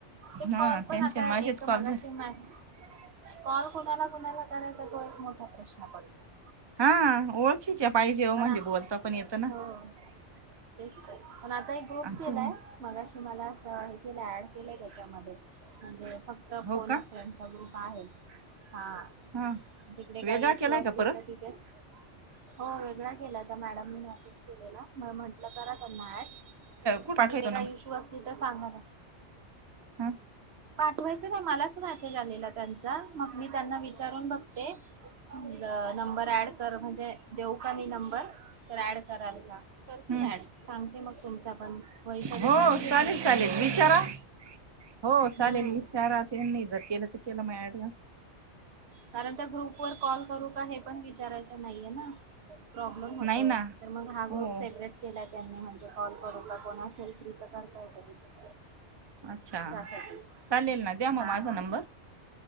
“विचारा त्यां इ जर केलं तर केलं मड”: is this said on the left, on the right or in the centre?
Right